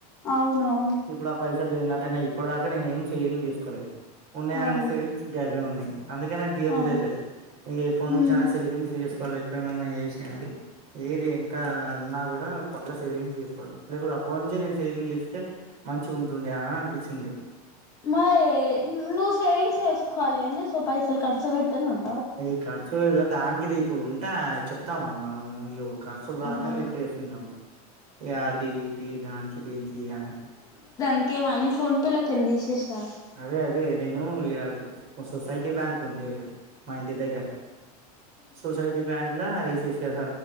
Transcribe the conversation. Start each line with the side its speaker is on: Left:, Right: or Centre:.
Left: అవునవును
Right: ఇప్పుడు ఆ పైసలు తిన తిన్నా ఇప్పటి దాకా నేను ఏం సేవింగ్ చేసుకోలే ఉన్నాయి
Left: అవును
Right: అంటే సేవింగ్స్ గగాబ ఉన్నాయి అందుకే నాకు దియ బుద్యైతలే
Left: అవును
Right: ఎనుంచినా
Left: ఉహు
Right: సేవింగ్స్ చే ఇప్పలు ఎట్లానే ఉన్నాయి వేసాము ఏది ఎంత ఉన్నా కూడా పక్క సేవింగ్స్ చేసుకోవాలి లేకపోతే అప్పటి నుంచే నేను సేవింగ్ చేస్తే మంచిగా ఉంటుండే అని అనిపించింది
Left: మయ్ నువ్వు సేవింగ్ చేసుకోవాలిని ఎం చేస్తావ్ పైసలు ఖర్చు అవుతనే ఉంటు
Right: ఈ ఖర్చుగాద దానికిది ఇప్పుడు ఉంటా చెప్తాం మనము కరచులు రాగానే
Left: ఖర్చు
Right: పెట్టేస్తుంటాము ఏ అది ఇది దానికి దీనికి ఇ అని
Left: ఓకే అన్నీ ఫోన్ పే లెక్కన తీసేసారు
Right: అదే అదే నేను ఇలా ఒక సొసైటీ బ్యాంక్ ఉంది మా ఇంటి దగ్గర సొసైటీ బ్యాంక్ల ఏసేసిన